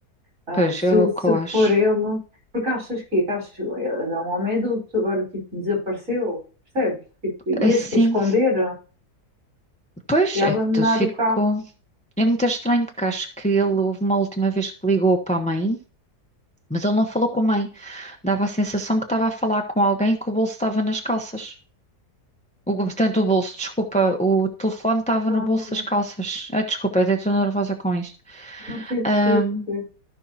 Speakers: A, on the right; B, in the centre.
A: Ah,
B: Pois,
A: se,
B: é o
A: se
B: que eu acho.
A: for ele, porque achas que, que achas, ele é um homem adulto, agora tipo desapareceu, percebes? Tipo, ia-se
B: Assim,
A: que esconder
B: pois,
A: e abandonar
B: é que tu ficou.
A: o carro.
B: É muito estranho porque acho que ele houve uma última vez que ligou para a mãe, mas ele não falou com a mãe. Dava a sensação que estava a falar com alguém que o bolso estava nas calças. O, portanto, o bolso, desculpa, o telefone estava
A: Então,
B: no bolso
A: não,
B: das calças. Ah, desculpa, até estou nervosa com isto.
A: não sei perceber,
B: Ahm,
A: perceber.